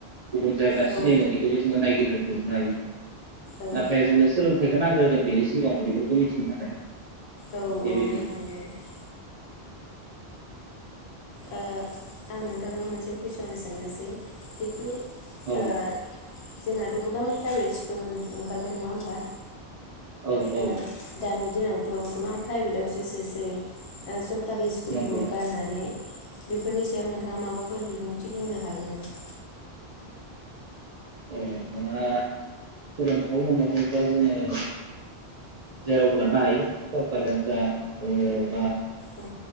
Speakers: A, on the right; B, on the left.
A: गुबुन जायगा
B: औ
A: सिनायमोनिखौबो जोङो नायगिरो गुदि नाइथ
B: औ
A: नाथाय जोंनो सोलोंथाइखौ नांग्रोगोन बेनि सिगाङावनो बेफोरखौ मिथिनो थाखाय
B: औ
A: बेबायदि
B: औ नांगौ औ ओ आं नोंथांनाव मोनसे कुइसन सोंनोसै जितु
A: औ
B: ओ जोंनाथ' गोबां प्राइभेट स्कुल ओंखारबाय नङा होमबा
A: औ औ
B: ओ दानि दिनावथ' गोबां प्राइभेटावसो सोसै सरकारि स्कुलखौ
A: नंगौ
B: गारनानै बेफोरनि सायाव नोंथाङा माबाफोर बिबुंथि बुंनो हागोन नामा
A: औ जोंहा सोलोंथाइ होननायबा जोङो जेरावबो लानो हायो सरकारियानो जा बा
B: औ